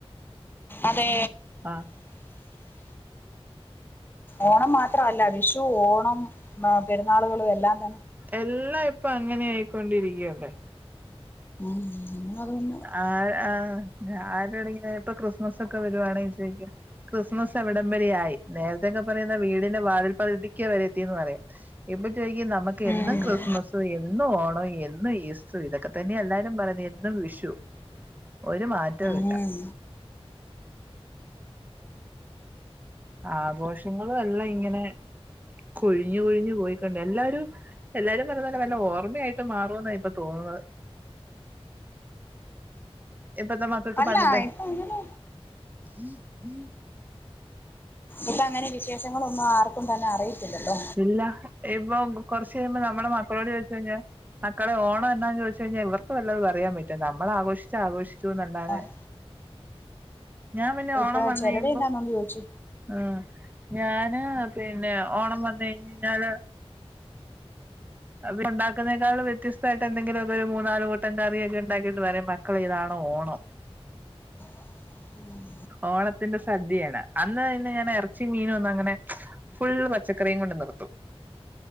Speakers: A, on the left (about 20°); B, on the right (about 15°).
A: അതെ...
B: ആഹ്
A: ഓണം മാത്രവല്ല വിഷു ഓണംനോ പെരുന്നാളുകളു എല്ലാം തന്നെ
B: എല്ലായിപ്പൊ അങ്ങനെ ആയിക്കൊണ്ടിരിക്കയിവിടെ
A: ഉം അതുകൊണ്ട്
B: ആയ് ആ ആരോടെങ്കി ഇപ്പൊ ക്രിസ്മസൊക്കെ വരുവാണെങ്കി ചോയ്ക്കും ക്രിസ്മസ് എവിടംവരെയായി നേരത്തെൊക്കെ പറയുന്ന വീടിന്റെ വാതിൽ പകുതിക്കെ വരെയെത്തീന്ന് പറയും. ഇപ്പം ചോയ്ക്കും നമ്മക്കെന്നും
A: ഉം
B: ക്രിസ്മസും എന്നും ഓണോം എന്നും ഈസ് ഇതൊക്കെ തന്നെ എല്ലാരും പറയുന്നെ എന്നും വിഷു ഒരു മാറ്റോം
A: ഉം
B: ഇല്ല ആഘോഷങ്ങളുഎല്ലാം ഇങ്ങനെ കൊഴിഞ്ഞു കൊഴിഞ്ഞു പോയിക്കൊണ്ട് എല്ലാരും എല്ലാരും പറയുന്നലെ വല്ല ഓർമ്മയായിട്ട് മാറോന്നാ ഇപ്പ തോന്നുന്നത് ഇപ്പൊത്തെ മക്കക്ക്
A: അല്ല
B: പണ്ടത്തെ
A: ഇപ്പൊ അങ്ങനെ
B: ഉം ഉം
A: ഇപ്പങ്ങനെ വിശേഷങ്ങളൊന്നും ആർക്കും തന്നെ അറിയത്തില്ലട്ടോ
B: ഇല്ല ഇപ്പൊ കൊറച്ച് കഴിയുമ്പോ നമ്മടെ മക്കളോട് ചോയ്ച് കഴിഞ്ഞാ മക്കളെ ഓണം എന്നാന്ന് ചോയ്ച്ച് കഴിഞ്ഞാ ഇവർക്ക് വല്ലതും അറിയാം പറ്റോ നമ്മള് ആഘോഷിച്ചാ ആഘോഷിച്ചുന്നല്ലാതെ.
A: ആഹ്
B: ഞാം പിന്നെ
A: ഇപ്പൊ
B: ഓണം വന്ന്
A: ചിലര്
B: കഴിയുമ്പോ
A: എന്നാന്നൊന്ന് ചോദിച്ചു
B: ആഹ് ഞാന് പിന്നെ ഓണം വന്ന് കഴിഞഴിഞ്ഞാല് ഇവിടെണ്ടുക്ന്നേക്കാളും വ്യത്യസ്തായിട്ട് എന്തെങ്കിലൊക്കൊരു മൂന്നാല് കൂട്ടം കറിയൊക്കെ ഒണ്ടാക്കീട്ട് പറിയും ക്കളെ ഇതാണു ഓണം
A: ഉം
B: ഓണത്തിന്റെ സദ്യയാണ് അന്ന് പിന്നെ ഞാന് ഇറച്ചി മീനൊന്നങ്ങനെ ഫുള്ള് പച്ചക്കറിയും കൊണ്ട് നിർത്തും.